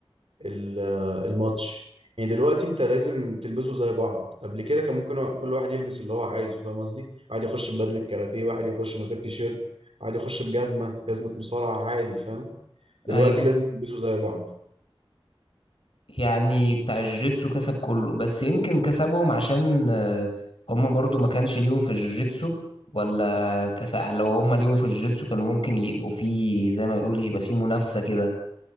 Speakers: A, on the right; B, on the left.
A: ال- الماتش يعني دلوقتي انت لازم تلبسوا زي بعض قبل كده كان ممكن كل واحد يلبس اللي هو عايزه فاهم قصدي واحد يخش ببدله كاراتيه واحد يخش من غير تيشيرت واحد يخش بجزمه جزمه مصارعه عادي فاهم دلوقتي
B: أيوه
A: لازم تلبسوا زي بعض
B: يعني بتاع الجوجيتسو كسب كله بس يمكن كسبهم عشان آه، هم برضو ما كانش ليهم في الجوجيتسو ولا كسب لو هم ليهم في الجوجيتسو كانوا ممكن يبقوا فيه زي ما يقول يبقى فيه منافسة كده